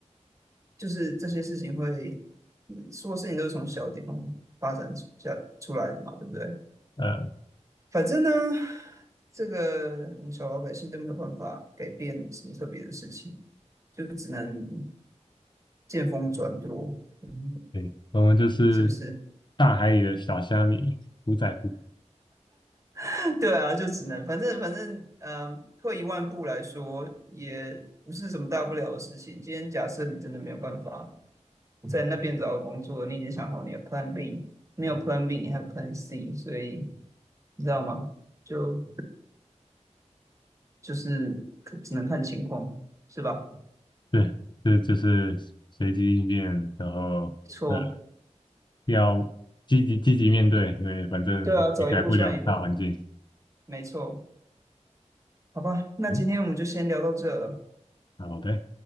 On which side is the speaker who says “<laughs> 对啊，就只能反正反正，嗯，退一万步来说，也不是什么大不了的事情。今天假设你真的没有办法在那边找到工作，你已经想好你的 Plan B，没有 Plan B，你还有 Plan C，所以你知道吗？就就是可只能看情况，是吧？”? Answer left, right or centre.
Right